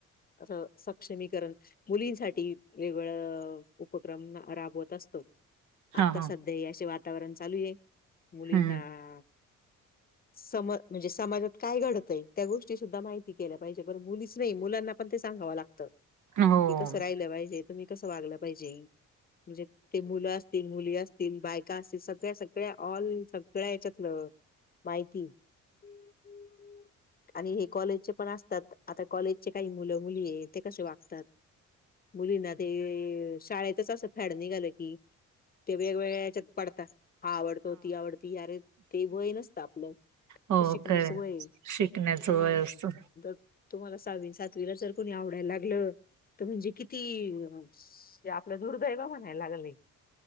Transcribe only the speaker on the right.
हा
हा
हम्म
हो.
हो
खरंय
शिकण्याचं
वय असतं